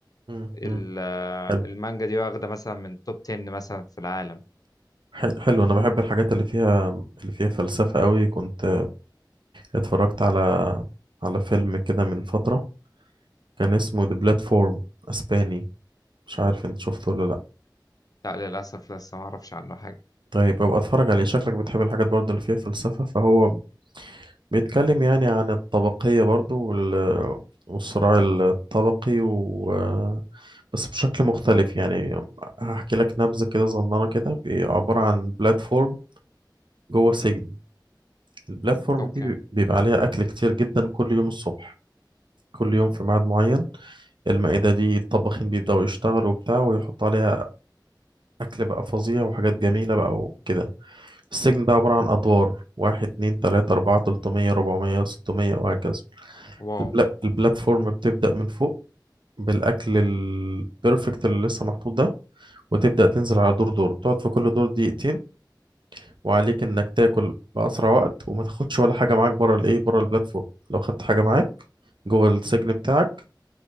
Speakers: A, on the right; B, on the left.
A: مم.
B: ال-
A: مم. حلو
B: المانجا دي واخدة مثلا من توب 10 مثلا في العالم
A: ح- حلو انا بحب الحاجات اللي فيها اللي فيها فلسفه قوي كنت اتفرجت على على فيلم كده من فتره كان اسمه The Platform اسباني مش عارف انت شفته ولا لا
B: لا للأسف لسه ما أعرفش عنه حاجة
A: طيب ابقى اتفرج عليه شكلك بتحب الحاجات برضه اللي فيها فلسفة فهو بيتكلم يعني عن الطبقية برضه وال- والصراع الطبقي و بس بشكل مختلف يعني هحكي لك نبذة كده صغننة كده بي- عبارة عن بلاتفورم جوه سجن البلاتفورم
B: أوكي
A: دي بي- بيبقى عليها أكل كتير جدا كل يوم الصبح كل يوم في ميعاد معين المائدة دي الطباخين بيبدأوا يشتغلوا وبتاع ويحطوا عليها أكل بقى فظيع وحاجات جميلة بقى وكده السجن ده عبارة عن أدوار واحد اتنين تلاتة أربعة تلتمية ربعمية ستمية وهكذا
B: واو
A: البلا- البلاتفورم بتبدأ من فوق بالأكل البرفكت اللي لسه محطوط ده وتبدأ تنزل على دور دور بتقعد في كل دور دقيقتين وعليك إنك تاكل بأسرع وقت وما تاخدش ولا حاجة معاك بره الإيه بره البلاتفورم لو خدت حاجة معاك جوه السجن بتاعك